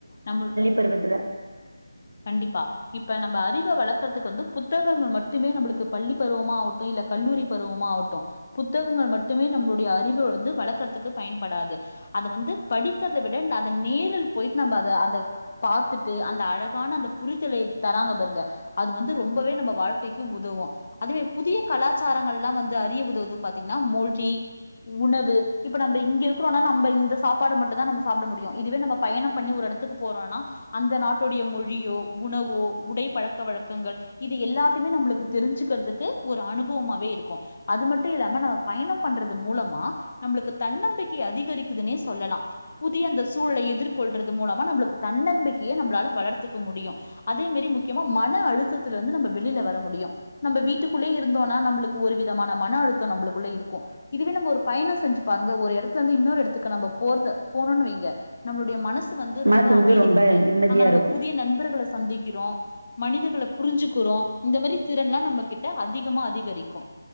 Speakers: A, on the left; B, on the right.
A: நம்பள்
B: பர்வத்துல
A: கண்டிப்பா இப்ப நம்ப அறிவ வளர்க்கற்துக் வந்து புத்தகங்கள் மட்டுமே நம்புளுக்கு பள்ளி பருவம்மா ஆவுட்டு இல்ல கல்லூரி பருவமா ஆவுட்டு புத்தகங்கள் மட்டுமே நம்முடைய அறிவு வந்து வளக்கற்த்துக்கு பயன்படாது க அத வந்து படிக்கற்த விட அத நேரில் பொயிட் நம்ப அத அந்த பாத்துட்டு அந்த அழ கான அந்த புரிதலை தராங்க பாருங்க அது வந்து ரொம்பவே நம்ப வாழ்க் க்கைக்கு உதவு அதுவே புதிய கலாச்சாரங்கல்லா வந்து அறிய உதவுது பாத்தீங்ன்னா மொழி உணவு இப்ப நம்ப இங்கெ இருக்குறோனா நம்ப இந்த சாப்பாட மட்டுதா நம்ம சாப்ட முடியு இதுவே நம்ப பயணம் பண்ணி ஒரு எடத் த்துக் போறோனா அந்த நாட்டுடைய மொழியோ உணவோ உடை பழக்க வழக்கங்கள் இது எல்லாத்தியுமே நம்புளுக்கு தெரிஞ்சுக்கற்த்துக்கு ஒரு அனுபுவமாவே இருக்கூ அது மட்டு இல்லாம ந பயணம் பண்றது மூலமா நம்புளுக்கு தன்னம்பிக்கை அதிகரிக்குதுனே சொல்லலா புதிய அந்த சூழலை எதிர்கொள்றது மூலமா நம்புளுக்கு தன்னம்பிக்கைய நம்ப்ளால வளர்த் துக்க முடியு அதே மெரி முக்கியமா மன அழுத்தத்துலந்து நம்ப வெளில வர முடியு நம்ப வீட்டுக்குள்ளே இருந்தோன்னா நம்புளுக் ஒரு விதமான மன அழுத்த நம்புளுக்குள்ள இருக்கூ இதுவே நம்ம ஒரு பயணொ செஞ்சு பாருங்க ஒரு எடத்லந்து இன்னொரு எடத்துக் நம்ப போறது போணுன் வைங்க நம்ளுடைய மனசு வந்து ரொம்ப
B: மனசு வந்து
A: அமைதி
B: ரொம்ப
A: கொண்டு
B: நிம்மதியா
A: அங்க நம்ம
B: இருக்கும்.
A: புதிய நண்பர்கள சந்திக்கிறோ மனிதர்கள புரிஞ்சுக்குறோ இந்த மரி திறன்லா நம்ம கிட்ட அதிகமா அதிகரிக்கு